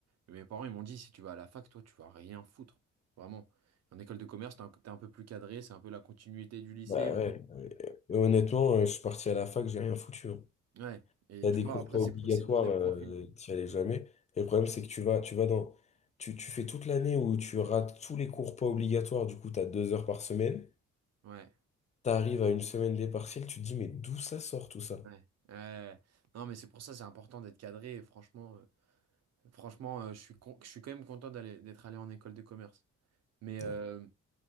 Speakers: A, on the right; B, on the left.
A: Mais mes parents, ils m'ont dit, si tu vas à la fac, toi, tu vas rien foutre. Vraiment. En école de commerce, t'es un, t'es un peu plus cadré, c'est un peu la continuité du lycée.
B: Bah ouais, ouais. Et honnêtement, euh, je suis parti à la fac, j'ai rien foutu. hein.
A: Ouais. Et
B: T'as
A: tu
B: des
A: vois,
B: cours
A: après,
B: pas obligatoires,
A: c'est pour, c'est pour des
B: euh,
A: profils.
B: t'y allais jamais. Et le problème, c'est que tu vas, tu vas dans. Tu, tu fais toute l'année où tu rates tous les cours pas obligatoires, du coup, t'as deux heures par semaine.
A: Ouais.
B: T'arrives à une semaine des partiels, tu te dis, mais d'où ça sort tout ça?
A: Ouais. Ouais. ouais. Non, mais c'est pour ça, c'est important d'être cadré. Et franchement, euh, franchement, euh, je suis con- je suis quand même content d'aller d'être allé en école de commerce. Mais euh,
B: Ouais.